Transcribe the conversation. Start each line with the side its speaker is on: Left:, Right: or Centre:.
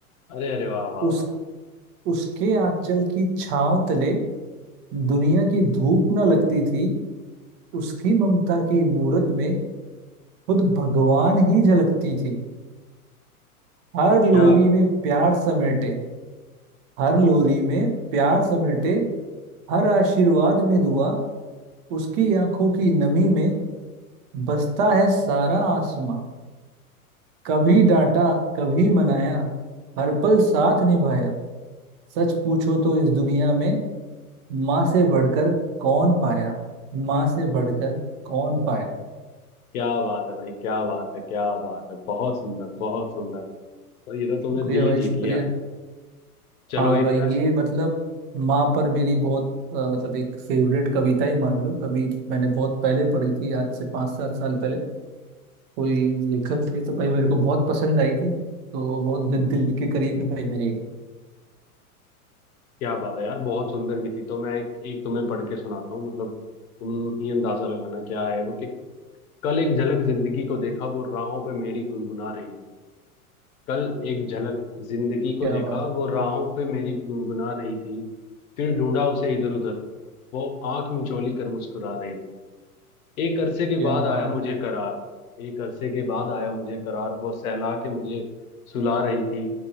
Left: अरे अरे वाह वाह
Right: उस
Left: वाह
Right: उसके आंचल की छांव तले दुनिया की धूप न लगती थी उसकी ममता की मूरत में खुद भगवान ही झलकती थी हर लोरी
Left: क्या
Right: में प्यार समेटे हर लोरी में प्यार समेटे हर आशीर्वाद में दुआ उसकी आंखों की नमी में बसता है सारा आसमां कभी डांटा कभी मनाया हर पल साथ निभाया सच पूछो तो इस दुनिया में माँ से बढ़कर कौन पाया माँ से बढ़कर कौन पाया
Left: क्या बात है भाई क्या बात है क्या बात है बहुत सुंदर बहुत सुंदर तो ये तो तुमने
Right: शुक्रिया
Left: दिल ही
Right: भाई
Left: जीत
Right: शुक्रिया
Left: लिया चलो
Right: हाँ
Left: एक
Right: भाई
Left: मैं
Right: ये मतलब माँ पर मेरी बहुत अ, मतलब एक फेवरेट कविता ही मान लो कभी मैंने बहुत पहले पढ़ी थी आज से पाँच सात साल पहले कोई लेखक थे तो भाई मेरे को बहुत पसंद आई थी तो बहुत दिल दिल के करीब है भाई मेरे
Left: क्या बात है यार बहुत सुंदर भी थी तो मैं एक एक तुम्हें पढ़ के सुनाता हूँ मतलब तुम ही अंदाजा लगाना क्या है वो कि कल एक झलक जिंदगी को देखा वो राहों पे मेरी गुनगुना रही थी कल एक झलक जिंदगी
Right: क्या
Left: को देखा
Right: बात
Left: वो राहों पे मेरी गुनगुना रही थी फिर ढूंढा उसे इधर उधर वो आंख मिचोली कर मुस्कुरा रही थी एक अरसे के
Right: क्या
Left: बाद आया
Right: बात
Left: मुझे करार एक अरसे के बाद आया मुझे करार वो सहला के मुझे सुला रही थी